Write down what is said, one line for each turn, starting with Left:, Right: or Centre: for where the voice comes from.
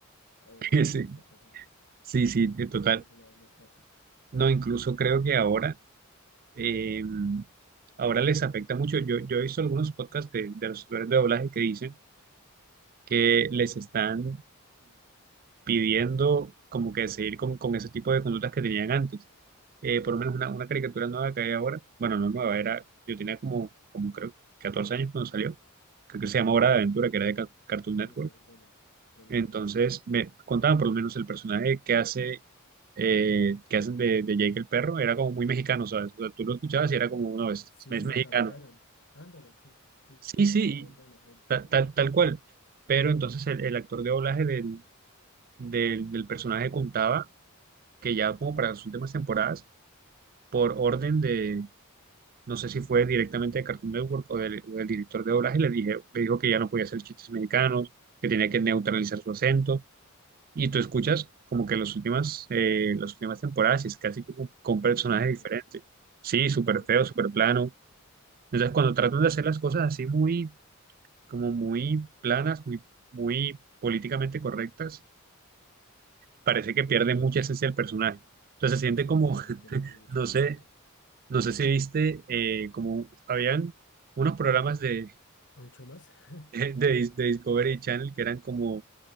Left: o
Right: <laughs> Sí,
Left: lo que está pasando.
Right: sí, sí,
Left: Entonces
Right: de
Left: siento
Right: total.
Left: que por ese lado es más fácil.
Right: No, incluso creo que ahora, eh, ahora les afecta mucho. Yo, yo he visto algunos podcasts de, de los usuarios de doblaje que dicen que les están impidiendo como que seguir con, con ese tipo de conductas que tenían antes. Eh, por lo menos una, una caricatura nueva que hay ahora, bueno, no nueva, era, yo tenía como, como creo, 14 años cuando salió. Creo que se llama Hora de Aventura, que era de Ca- Cartoon Network
Left: Uf, esa es buena. Buenísimo.
Right: Entonces me contaban por lo menos el personaje que hace, eh, que hacen de, de Jake el perro, era como muy mexicano, ¿sabes? O sea, tú lo escuchabas y era como uno es,
Left: Sí,
Right: es
Left: lo
Right: mexicano.
Left: cambiaron. Ándale, sí. Sí,
Right: Sí,
Left: sí, me
Right: sí,
Left: acuerdo
Right: y
Left: del doblaje de
Right: ta-
Left: Jake.
Right: tal, tal cual. Pero entonces el, el actor de doblaje del, del, del personaje contaba que ya como para las últimas temporadas, por orden de, no sé si fue directamente de Cartoon Network o del, o del director de doblaje, le dije, le dijo que ya no podía hacer chistes mexicanos, que tenía que neutralizar su acento Y tú escuchas como que las últimas, eh, las últimas temporadas y es casi que con, con personajes
Left: Es otro.
Right: diferentes. Sí, súper
Left: Sí, es
Right: feo,
Left: otro
Right: súper
Left: personaje.
Right: plano. Entonces, cuando tratan de hacer las cosas así muy, como muy planas, muy, muy políticamente correctas, parece que
Left: Mm.
Right: pierde mucha esencia el personaje. Entonces, se siente
Left: Sí,
Right: como,
Left: total,
Right: <laughs>
Left: entiendo mucho
Right: no
Left: tu
Right: sé,
Left: punto.
Right: no sé si viste, eh, como habían unos programas de,
Left: ¿Mucho más? <laughs>
Right: de, Dis- de Discovery Channel que eran como,